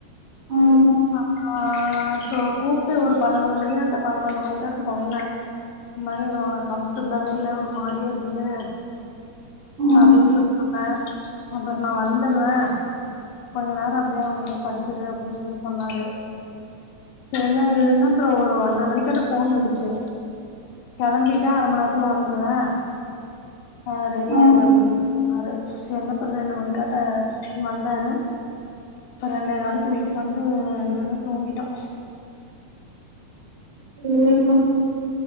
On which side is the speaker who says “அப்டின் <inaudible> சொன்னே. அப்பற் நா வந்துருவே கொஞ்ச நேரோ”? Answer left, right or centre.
Left